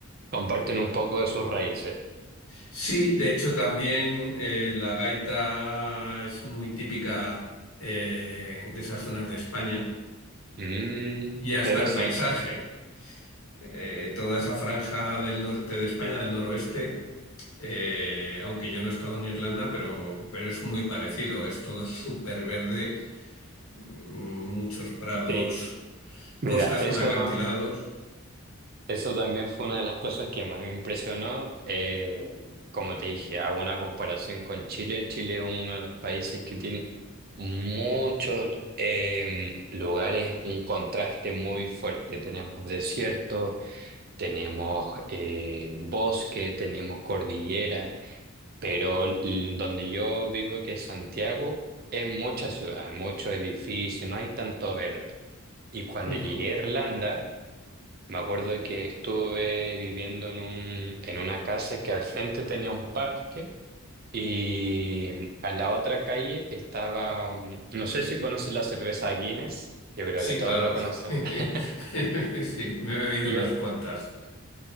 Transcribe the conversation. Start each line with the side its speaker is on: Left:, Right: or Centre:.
Right: comparten un poco de sus raíces.
Left: Sí, de hecho también eh, la gaita es muy típica eh, de esas zonas de España
Right: Mm,
Left: y
Right: interesante.
Left: hasta el paisaje. Eh, toda esa franja del norte de España, del noroeste, eh, aunque yo no he estado en Irlanda, pero, pero es muy parecido. Es todo súper verde, muchos prados,
Right: Sí, mira,
Left: costas
Right: eso.
Left: con acantilados.
Right: Eso también fue una de las cosas que más me impresionó. Eh, como te dije, hago una comparación con Chile. Chile es uno de los países que tiene muchos eh, lugares, un contraste muy fuerte. Tenemos desierto, tenemos eh, bosque, tenemos cordillera, pero l- donde yo vivo, que es Santiago, es mucha ciudad, hay muchos edificios, no hay tanto verde. Y cuando
Left: Ujú.
Right: llegué a Irlanda, me acuerdo que estuve viviendo en un, en una casa que al frente tenía un parque y a la otra calle estaba, um, no sé si conoces la cerveza Guinness, yo creo
Left: Sí,
Right: que todos
Left: claro.
Right: la conocen.
Left: <laughs>
Right: <laughs>
Left: Sí, me he bebido
Right: Yo,
Left: unas cuantas.